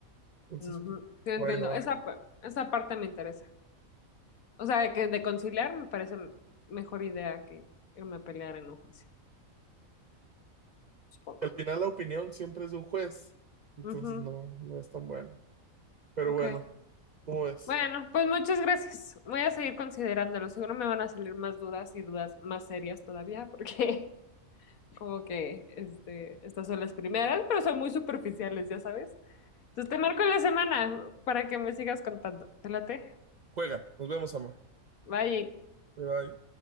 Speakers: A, on the right (about 55°); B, on the left (about 80°).
A: Entonces,
B: ujú.
A: pues,
B: Sí, entiendo.
A: por ahí no va.
B: Esa, pa- esa parte me interesa. O sea, que de conciliar me parece mejor idea que irme a pelear en un juicio, supongo.
A: al final la opinión siempre es de un juez, entonces
B: Ujú,
A: no, no es tan bueno. Pero
B: Ok.
A: bueno, ¿cómo ves?
B: Bueno, pues muchas gracias. Voy a seguir considerándolo. Seguro me van a salir más dudas y dudas más serias todavía, porque <laughs> como que este, estas son las primeras, pero son muy superficiales, ya sabes. Entonces te marco en la semana para que me sigas contando. Te late.
A: Juega, nos vemos, ama.
B: Bye.
A: Bye bye.